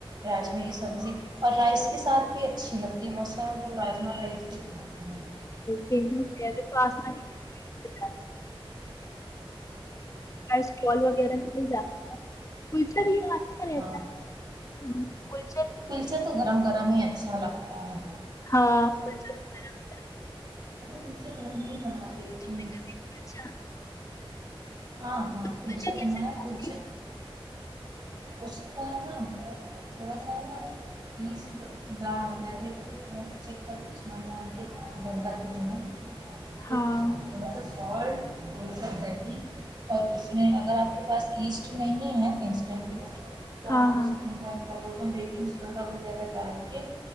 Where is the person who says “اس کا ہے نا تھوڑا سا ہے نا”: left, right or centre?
Right